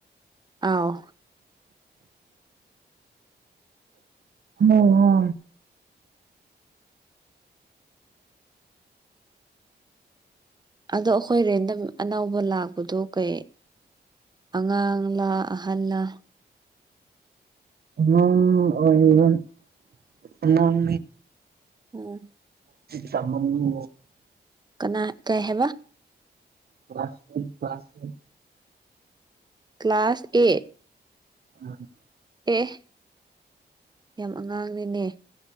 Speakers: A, on the right; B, on the right.
A: ꯑꯥꯎ
B: ꯍ ꯍ
A: ꯑꯗꯣ ꯑꯩꯈꯣꯏ ꯔꯦꯟꯗꯝ ꯑꯅꯧꯕ ꯂꯥꯛꯄꯗꯣ ꯀꯩ ꯑꯉꯥꯡꯂꯥ ꯑꯍꯜꯂꯥ
B: ꯑꯪ ꯑꯣꯏ ꯑꯪ
A: ꯎꯝ
B: ꯇꯃꯅꯤ
A: ꯀꯅꯥ ꯀꯩ ꯍꯦꯋꯥ
B: ꯄ꯭ꯂꯥꯁꯃꯤ ꯄ꯭ꯂꯥꯁꯃꯤꯛ
A: ꯀ꯭ꯂꯥꯁ ꯑꯦꯠ
B: ꯎ
A: ꯑꯦ ꯌꯥꯝ ꯑꯉꯥꯡꯅꯅꯦ